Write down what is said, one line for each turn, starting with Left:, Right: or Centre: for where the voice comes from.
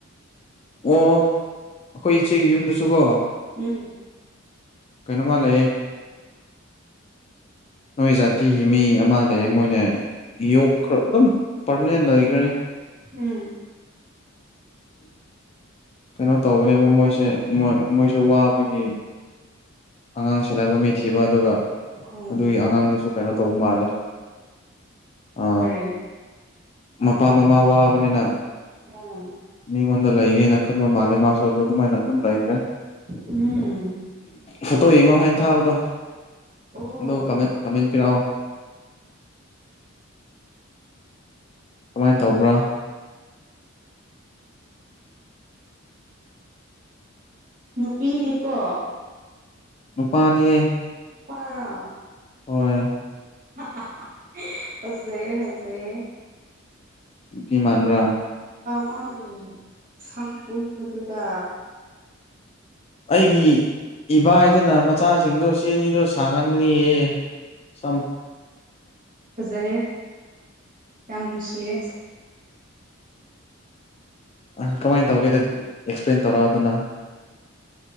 Left: ꯑꯣ ꯑꯩꯈꯣꯏ ꯏꯆꯦꯒꯤ ꯌꯨꯝꯗꯁꯨꯀꯣ
Right: ꯎꯝ
Left: ꯀꯩꯅꯣꯃꯜ ꯂꯩꯌꯦ ꯅꯣꯏ ꯖꯥꯇꯤꯒꯤ ꯃꯤ ꯑꯃ ꯂꯩ ꯃꯣꯏꯅ ꯌꯣꯛ ꯈꯔ ꯑꯗꯨꯝ ꯄꯔꯃꯤꯅꯦꯟ ꯂꯩꯈ꯭ꯔꯅꯤ꯫
Right: ꯎꯝ꯫
Left: ꯀꯩꯅꯣ ꯇꯧꯕꯅꯦꯕ ꯃꯣꯏꯁꯦ ꯃꯣꯏ ꯃꯣꯏꯁꯦ ꯋꯥꯕꯒꯤ꯫ ꯑꯉꯥꯡ ꯁꯦꯅꯕ ꯃꯩꯊꯤ ꯊꯤꯕ ꯑꯗꯨꯒ
Right: ꯑꯣ
Left: ꯑꯗꯨꯒꯤ ꯑꯉꯥꯡꯗꯨꯁꯨ ꯀꯩꯅꯣ ꯇꯧꯕ ꯃꯥꯜꯂꯦ ꯑ
Right: ꯎꯝ
Left: ꯃꯄꯥ ꯃꯃꯥ ꯋꯥꯕꯅꯤꯅ
Right: <inaudible>
Left: ꯃꯤꯉꯣꯟꯗ ꯂꯩꯒꯦꯅ ꯈꯟꯕ ꯃꯥꯜꯂꯦ ꯃꯥꯁꯨ ꯑꯗꯨ ꯑꯗꯨꯃꯥꯏꯅ ꯑꯗꯨꯝ ꯂꯩ
Right: ꯎꯝ
Left: ꯐꯣꯇꯣ ꯌꯦꯡꯉꯣ ꯍꯥꯏꯅ ꯊꯥꯕꯗꯣ
Right: ꯑꯣ
Left: ꯑꯗꯣ ꯀꯃ ꯀꯃꯦꯟ ꯄꯤꯔꯛꯑꯣ ꯀꯃꯥꯏꯅ ꯇꯧꯕ꯭ꯔꯥ
Right: ꯅꯨꯄꯤꯅꯤꯀꯣ
Left: ꯅꯨꯄꯥꯅꯤꯍꯦ
Right: ꯅꯨꯄꯥꯔꯥ
Left: ꯍꯣꯏ
Right: ꯍꯥ ꯍꯤ ꯐꯥꯖꯩꯌꯦ ꯐꯥꯖꯩꯌꯦ
Left: ꯅꯨꯄꯤ ꯃꯥꯟꯕꯔ
Right: ꯃꯥꯒꯤ ꯁꯝ ꯄꯨꯟꯕꯗꯨꯗ
Left: ꯑꯩꯒꯤ ꯏꯕꯥꯏꯗꯨꯅ ꯃꯆꯥꯁꯤꯡꯗꯣ ꯁꯤ ꯑꯅꯤꯗꯣ ꯁꯥꯡꯍꯟꯒꯅꯤꯌꯦ꯫ ꯁꯝ
Right: ꯐꯖꯩꯌꯦ ꯌꯥꯝ ꯅꯨꯡꯁꯤꯌꯦ
Left: ꯑ ꯀꯃꯥꯏꯅ ꯇꯧꯒꯦꯗ ꯑꯦꯛꯁꯄ꯭ꯂꯦꯟ ꯇꯧꯔꯛꯑꯣ ꯑꯗꯨꯅ